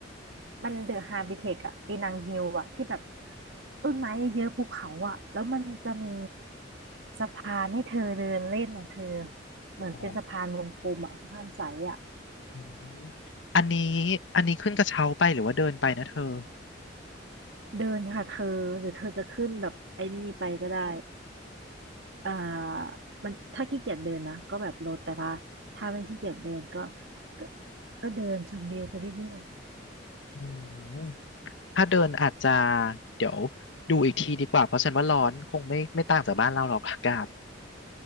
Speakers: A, on the right; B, on the left.
A: มันเดอะฮาบิเทคอะปีนังฮิลอะที่แบบต้นไม้เยอะๆภูเขาอะแล้วมันจะมีสะพานให้เธอเดินเล่นอะเธอ เหมือนเป็นสะพานวงกลมอะสะพานใสอะ
B: อ๋ออืมอันนี้อันนี้ขึ้นกระเช้าไปหรือว่าเดินไปนะเธอ
A: เดินค่ะเธอ หรือเธอจะขึ้นแบบไอ้นี่ไปก็ได้ อ่ามันถ้าขี้เกียจเดินนะก็แบบลดแต่ว่าถ้าไม่ขี้เกียจเดินก็ก็ ก็เดินชมวิวไปเรื่อย
B: อืมถ้าเดินอาจจะเดี๋ยวดูอีกทีดีกว่าเพราะฉันว่าร้อนคงไม่ไม่ต่างจากบ้านเราหรอกอากาศ